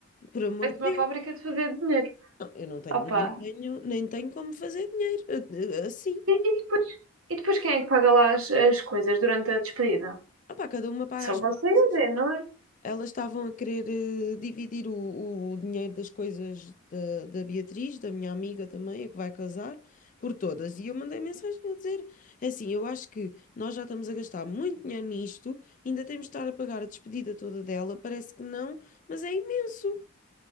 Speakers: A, on the left; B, on the right.
A: por amor
B: É
A: de
B: uma
A: Deus.
B: fábrica de fazer dinheiro.
A: Não, eu não tenho,
B: Opa.
A: nem tenho, nem tenho como fazer dinheiro eh, eh, assim.
B: E, e- e depois quem é que paga lá as, as coisas durante a despedida?
A: Ah pá, cada uma paga
B: São
A: as suas
B: vocês,
A: coisas.
B: é, não é?
A: Elas estavam a querer eh, dividir o, o dinheiro das coisas da, da Beatriz, da minha amiga também, a que vai casar, por todas. E eu mandei mensagem a dizer: é assim, eu acho que nós já estamos a gastar muito dinheiro nisto, ainda temos de estar a pagar a despedida toda dela. Parece que não, mas é imenso.